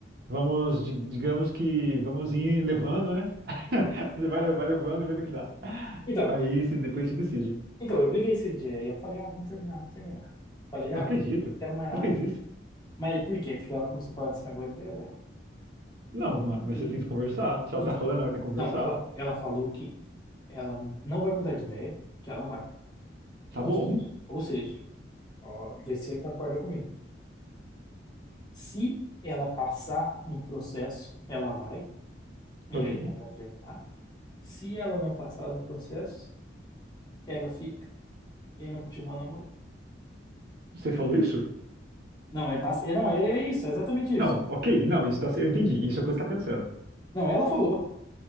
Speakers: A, on the right (about 55°); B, on the left (about 20°).
A: vamos, di- digamos que vamos ir levando, né? <laughs> Você vai, vai levando e vendo o que dá.
B: Então,
A: Aí se depois se decide.
B: então, eu briguei esse dia aí eu falei, ah, vamos terminar, vamos terminar. Falei,
A: Não
B: ah,
A: acredito.
B: não quero mais nada.
A: Você fez
B: não.
A: isso?
B: Mas por quê? Porque ela começou a falar desse negócio de viajar.
A: Não,
B: né?
A: mano, mas
B: E,
A: você tem que conversar. Se ela
B: então,
A: tá falando, ela quer conversar.
B: não, ela, ela falou que ela não vai mudar de ideia, que ela vai.
A: Tá
B: Ou
A: bom.
B: seja, ou seja, ó, vê se você concorda comigo. Se ela passar no processo, ela vai, e
A: Ok.
B: aí ela vai terminar. Se ela não passar no processo, ela fica, e aí não continua namorando.
A: Você falou isso?
B: Não, é, bas- é, não, é, é isso, é exatamente
A: Não,
B: isso.
A: ok, não, isso tá, cer- eu entendi, isso é o que você tá pensando.
B: Não, ela falou,